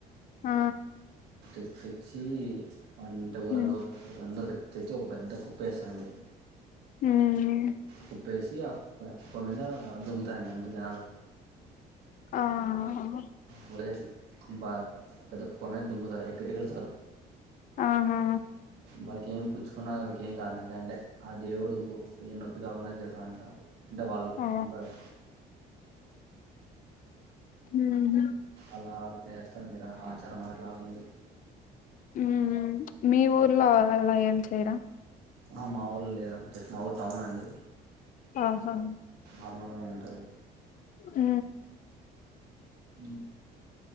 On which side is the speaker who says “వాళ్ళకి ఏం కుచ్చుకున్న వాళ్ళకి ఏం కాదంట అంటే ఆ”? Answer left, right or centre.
Right